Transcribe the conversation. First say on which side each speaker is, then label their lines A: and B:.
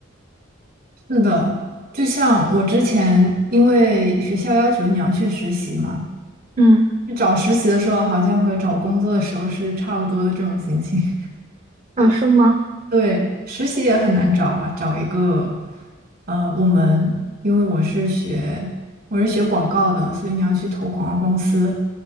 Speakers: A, on the right; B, on the right.
A: 是的，就像我之前，因为学校要求你要去实习嘛，
B: 嗯
A: 去找实习的时候，好像和找工作的时候是差不多的这种心情。<laughs>
B: 啊，是吗？
A: 对，实习也很难找啊，找一个，呃，我们因为我是学我是学广告的，所以你要去投广告公司